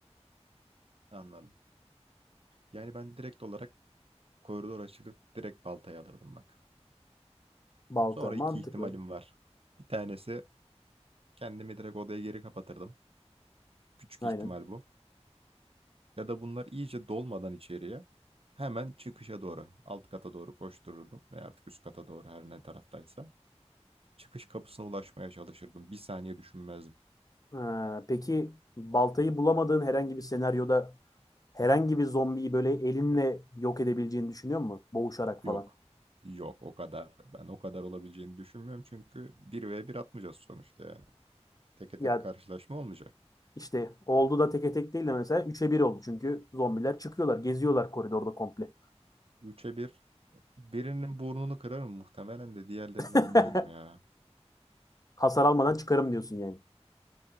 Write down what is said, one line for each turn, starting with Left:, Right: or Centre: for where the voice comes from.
Right: Anladım. Yani ben direkt olarak koridora çıkıp direkt baltayı alırdım bak.
Left: Balta
Right: Sonra
Left: mantıklı.
Right: iki ihtimalim var. Bir tanesi kendimi direkt odaya geri kapatırdım. Küçük
Left: Aynen.
Right: ihtimal bu. ya da bunlar iyice dolmadan içeriye hemen çıkışa doğru, alt kata doğru koştururdum ve artık üst kata doğru her ne taraftaysa çıkış kapısına ulaşmaya çalışırdım. Bir saniye düşünmezdim.
Left: Ha, peki baltayı bulamadığın herhangi bir senaryoda herhangi bir zombiyi böyle elinle yok edebileceğini düşünüyor musun? Boğuşarak
Right: Yok.
Left: falan.
Right: Yok o kadar. Ben o kadar olabileceğini düşünmüyorum çünkü bir ve bir atmayacağız sonuçta yani. Teke
Left: Ya
Right: tek karşılaşma olmayacak.
Left: İşte oldu da teke tek değil de mesela üç'e bir oldu. Çünkü zombiler çıkıyorlar, geziyorlar koridorda komple.
Right: Üçe bir birinin burnunu kırarım muhtemelen de diğerlerini
Left: <laughs>
Right: bilmiyorum ya.
Left: Hasar almadan çıkarım diyorsun yani.